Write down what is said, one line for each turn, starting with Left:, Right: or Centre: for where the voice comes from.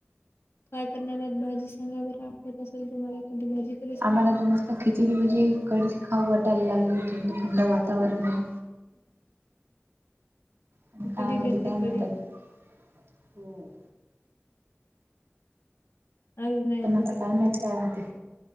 Left: काय करणार आहेत भाजी सांगा बर आवडत असेल तुम्हाला एखदी भाजी तरी
Right: आम्हाला तर मस्त खिचडी, भजी, कणीस, खाऊ वाटायला लागेल थंड -थंड वातावरण आहे. पण
Left: कुठे
Right: काय होते
Left: भेटते
Right: काय
Left: ती
Right: माहित
Left: कडी?
Right: आता. हो..
Left: आज नाही
Right: पण
Left: आम
Right: आता काय माहित काय होतंय?